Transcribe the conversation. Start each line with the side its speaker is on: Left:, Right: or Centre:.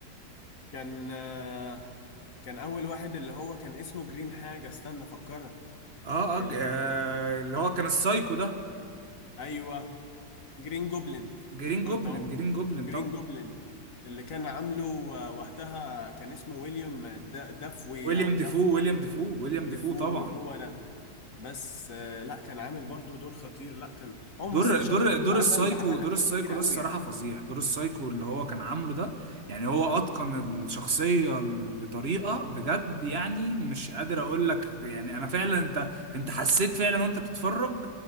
Left: كان آه، كان اول واحد اللي هو كان اسمه جرين حاجة استنى افكرها
Right: اه
Left: ال...
Right: اه ج- آه، اللي هو كان السايكو ده
Left: ايوه جرين جوبلin
Right: جرين
Left: افتكرت
Right: جوبلin
Left: اهو
Right: جرين جوبلin
Left: جرين
Right: طبعا
Left: جوبلin اللي كان عامله آه، وقتها كان اسمه ويليام د- دافوي
Right: ويليام
Left: او داف
Right: ديفو ويليام ديفو ويليام
Left: ديفو
Right: ديفو طبعا
Left: هو ده بس آه، لا كان عامل برضو دور خطير لا كان هو
Right: دور
Left: ممثل شاطر
Right: دور
Left: قوي
Right: دور
Left: وعمل
Right: السايكو
Left: عمل
Right: دور
Left: افلام
Right: السايكو
Left: كتير
Right: ده
Left: قوي
Right: الصراحة
Left: يعني
Right: فظيع دور السايكو اللي هو كان عامله ده يعني هو أتقن الشخصية ال- بطريقة بجد يعني مش قادر أقول لك يعني أنا فعلا أنت أنت حسيت فعلا وأنت بتتفرج